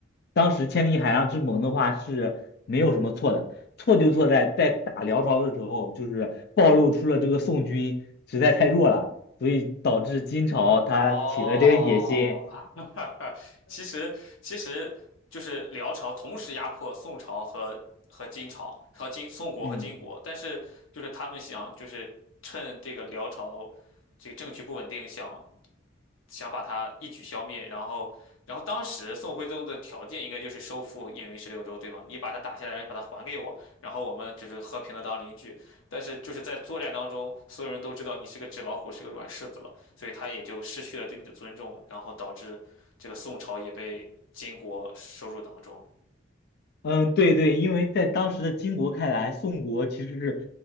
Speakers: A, on the left (about 55°); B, on the left (about 85°).
A: 当时千里海上之盟的话是没有什么错的，错就错在在打辽朝的时候，就是暴露出了这个宋军实在太弱了，所以导致金朝他起了这个野心。
B: 哦，<laughs> 其实其实就是辽朝同时压迫宋朝和和金朝和金宋国和金国，
A: 嗯。
B: 但是就是他们想就是趁这个辽朝这个政局不稳定，想想把他一举消灭，然后，然后当时宋徽宗的条件应该就是收复燕云十六州，对吗？你把它打下来，然后你把它还给我，然后我们就是和平的当邻居。但是就是在作战当中，所有人都知道你是个纸老虎，是个软柿子了，所以他也就失去了对你的尊重，然后导致这个宋朝也被金国收入囊中。
A: 嗯，对对，因为在当时的金国看来，宋国其实是